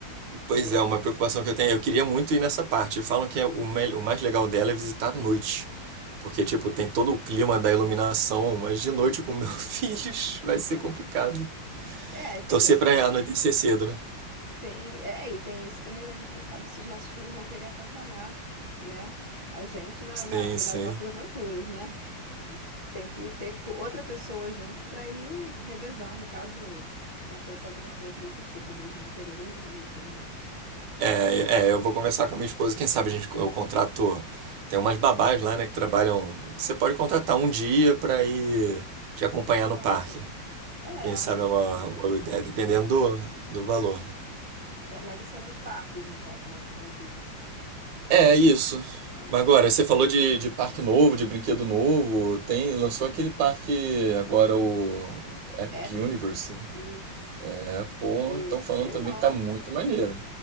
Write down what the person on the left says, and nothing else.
É,
nossa,
não
vai
dar. É, tem
isso,
né?
Sim, é, e tem isso também, né, a gente não sabe se os nossos filhos vão querer acompanhar, né, a gente na,
na- nas
nossas aventuras, né? <laughs> Tem que ter co- outra pessoa junto para ir revezando, caso aconteça alguma coisa desse tipo, deles não quererem ir e tudo mais.
Nossa,
é,
é interessante.
É ver- mas isso é nos parques, então, né, da Disney.
Ah,
Epic,
né?
Isso.
Esse,
nossa.